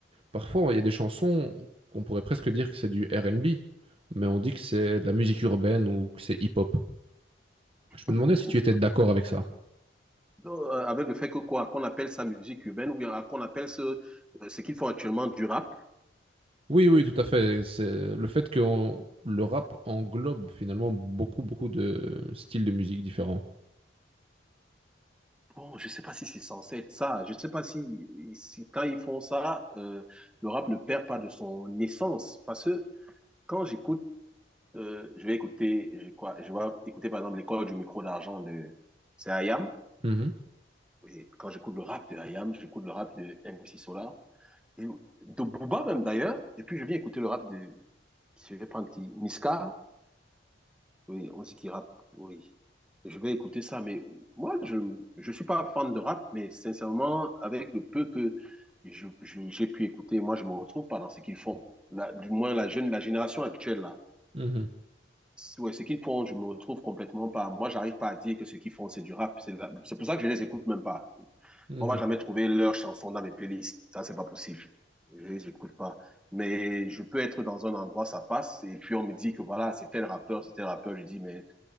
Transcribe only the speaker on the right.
Parfois, il y a des chansons qu'on pourrait presque dire que c'est du R&B, mais on dit que c'est de la musique urbaine ou que c'est hip-hop. Je me
demandais si tu étais d'accord avec ça.
Oui, oui, tout à fait. C'est le fait que on- le rap englobe finalement beaucoup, beaucoup de styles de musique différents.
Mhm,
mhm,
mhm.